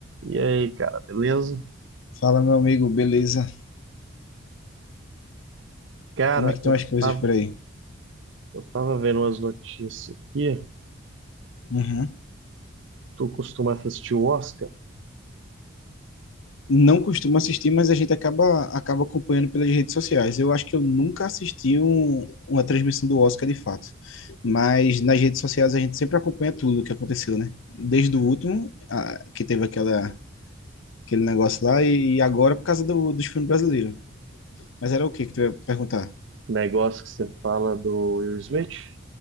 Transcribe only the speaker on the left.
Fala, meu amigo, beleza?
Como é que estão
as coisas
por aí?
Uhum.
Não costumo assistir, mas a gente acaba, acaba acompanhando pelas redes sociais. Eu acho que eu nunca assisti um- uma transmissão do Oscar de fato. Mas nas redes sociais a gente sempre acompanha tudo o que aconteceu, né? Desde o último, a- que teve aquela, aquele negócio lá, e agora por causa do, dos filmes brasileiros. Mas era o que que tu ia perguntar?